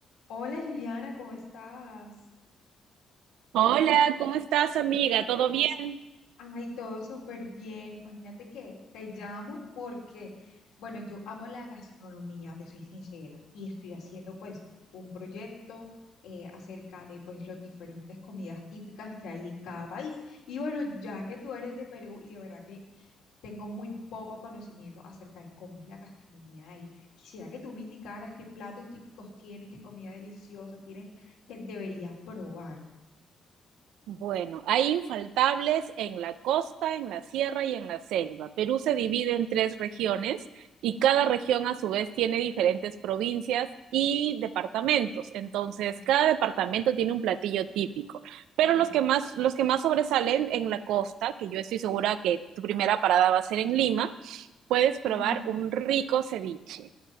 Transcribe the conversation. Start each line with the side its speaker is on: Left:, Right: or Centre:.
Left: Hola Juliana, ¿cómo estás?
Right: Hola, ¿cómo estás, amiga? ¿Todo bien?
Left: Ay, todo súper bien. Imagínate que te llamo porque, bueno, yo amo la gastronomía, te soy sincera, y estoy haciendo pues un proyecto eh, acerca de pues las diferentes comidas típicas que hay en cada país. Y bueno, ya que tú eres de Perú y de verdad que tengo muy poco conocimiento acerca de cómo es la gastronomía de ahí, quisiera que tú me indicaras qué platos típicos tienes, qué comida deliciosa tienes que debería probar.
Right: Bueno, hay infaltables en la costa, en la sierra y en la selva. Perú se divide en tres regiones y cada región a su vez tiene diferentes provincias y departamentos. Entonces,
Left: Ok,
Right: cada departamento tiene un platillo típico, pero
Left: ok.
Right: los que más, los que más sobresalen en la costa, que yo estoy segura que tu primera parada va a ser en Lima, puedes probar
Left: Ujú.
Right: un rico ceviche.